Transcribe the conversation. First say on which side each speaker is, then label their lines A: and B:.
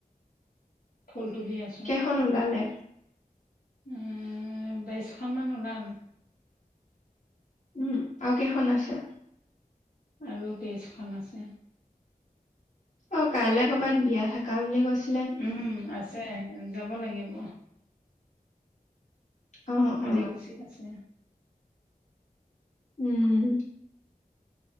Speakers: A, on the left; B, on the left.
A: ফুল তুলি আছোঁ।
B: খন ওলালে?
A: উম বাইশখনমান ওলাল।
B: উম আৰু কেইখন আছে?
A: আৰু তেইছ খন আছে।
B: অ কাইলে কৰবাত বিয়া থাকা বুলি কৈছ
A: উম আছে। যাব লাগিব,
B: অ
A: আলিকুছিত
B: অ
A: আছে।
B: উম